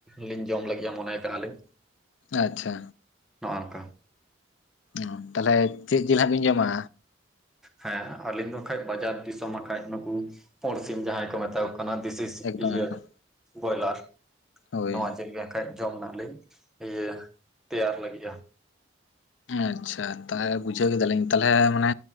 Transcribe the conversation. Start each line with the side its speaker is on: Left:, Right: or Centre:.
Centre: ᱞᱤᱧ ᱡᱚᱢ ᱞᱟᱹᱜᱤᱭᱟ ᱢᱚᱱᱮ ᱟᱠᱟᱼᱟ ᱞᱤᱧ᱾
Left: ᱟᱪᱷᱟ᱾
Centre: ᱱᱚᱜᱼᱚᱝᱠᱟ᱾
Left: ᱚ ᱛᱟᱦᱟᱞᱮ ᱪᱮᱜ ᱡᱤᱞ ᱦᱟᱸᱜ ᱵᱤᱱ ᱡᱚᱢᱟ?
Centre: ᱦᱮᱸ ᱟᱹᱞᱤᱧ ᱫᱚ ᱱᱟᱠᱷᱟᱡ ᱵᱟᱡᱟᱨ ᱫᱤᱥᱚᱢ ᱦᱟᱸᱠᱷᱟᱡ ᱱᱩᱠᱩ ᱯᱳᱸᱲ ᱥᱤᱢ ᱡᱟᱦᱟᱸᱭ ᱠᱚ ᱢᱮᱛᱟ ᱠᱚ ᱚᱱᱟ ᱫᱤᱥᱤᱥᱤ
Left: ᱮᱠᱫᱚᱢ
Centre: ᱤᱭᱟᱹ
Left: ᱮᱠᱫᱚᱢ
Centre: ᱵᱚᱭᱞᱟᱨ
Left: ᱦᱳᱭ
Centre: ᱱᱚᱣᱟ ᱡᱮᱞ ᱜᱮ ᱠᱷᱟᱡ ᱡᱚᱢ ᱱᱟᱜ ᱞᱤᱧ ᱤᱭᱟᱹ ᱛᱮᱭᱟᱨ ᱞᱟᱹᱜᱤᱫᱼᱟ
Left: ᱟᱪᱪᱷᱟ ᱛᱟᱦᱚᱞᱮ ᱵᱩᱡᱷᱟᱹᱣ ᱠᱮᱫᱟᱞᱤᱧ ᱛᱟᱦᱚᱞᱮ ᱢᱟᱱᱮ